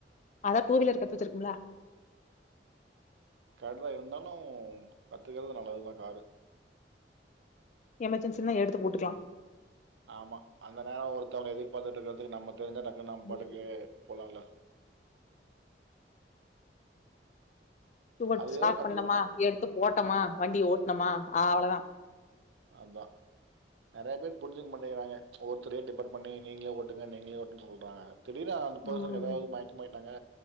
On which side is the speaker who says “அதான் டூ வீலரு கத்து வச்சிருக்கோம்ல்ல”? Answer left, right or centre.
Left